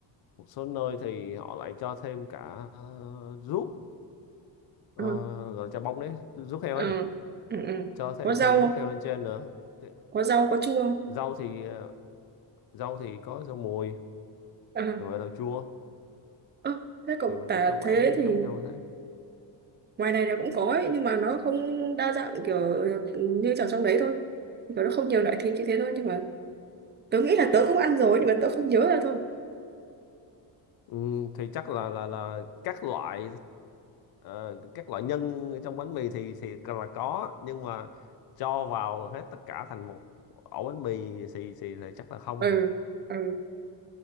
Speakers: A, on the left; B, on the right.
A: một số nơi thì họ lại cho thêm cả ờ, ruốc ờ,
B: ừ.
A: gọi là chả bông đấy ruốc heo
B: ừ
A: ấy
B: ừ ừ
A: cho thêm
B: có rau
A: thêm
B: không
A: ruốc heo lên trên nữa Thì
B: có rau có chua không
A: rau thì ờ, rau thì có rau mùi
B: à,
A: rồi rau chua
B: Ơ, thế cậu
A: thì mình
B: tả
A: nghĩ cơ bản
B: thế
A: nó
B: thì
A: giống nhau thế
B: ngoài này là cũng có ấy, nhưng mà nó không đa dạng kiểu như ở trong đấy thôi kiểu nó không nhiều loại thịt như thế thôi nhưng mà tớ nghĩ là tớ cũng ăn rồi nhưng mà tớ không nhớ ra thôi
A: ừ, thì chắc là là là các loại Ờ, các loại nhân trong bánh mì thì thì là có nhưng mà cho vào hết tất cả thành một ổ bánh mì thì thì, thì chắc là không
B: ừ ừ